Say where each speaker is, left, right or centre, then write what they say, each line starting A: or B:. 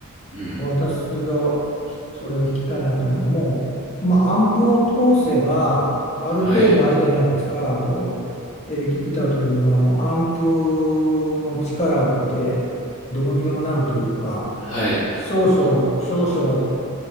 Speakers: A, on the left (about 50°); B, on the left (about 30°).
A: うん。
B: 私がひそれを聞きたいなと思うのが、もう、まあ、アンプを通せば、ある程度あれじゃないですか。
A: はい。
B: あの、エレキギターというものはもうアンプの力でどうにでもなるというか、
A: はい。
B: 少々、少々